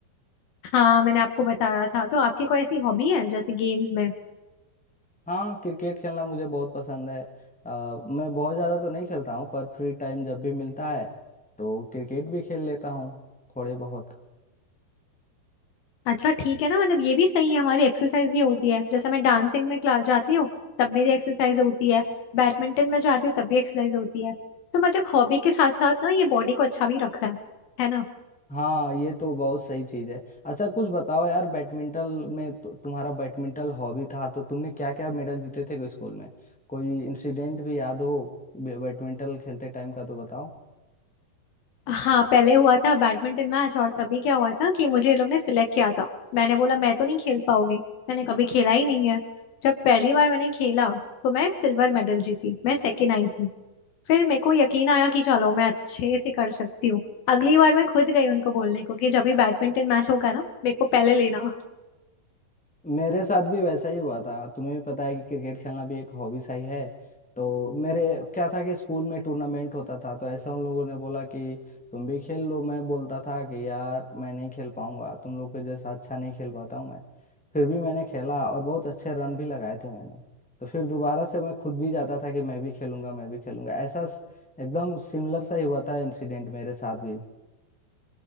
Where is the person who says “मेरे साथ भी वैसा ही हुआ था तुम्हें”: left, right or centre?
Centre